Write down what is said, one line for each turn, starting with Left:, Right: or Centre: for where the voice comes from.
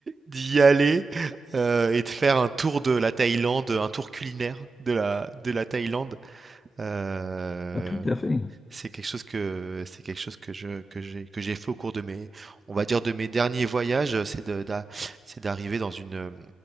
Right: d'y aller euh, et de faire un tour de la Thaïlande, un tour culinaire de la, de la Thaïlande. Euh,
Left: ah, tout à fait.
Right: c'est quelque chose que c'est quelque chose que je que j'ai que j'ai fait au cours de mes on va dire de mes derniers voyages, euh, c'est de d'a- c'est d'arriver dans une euh,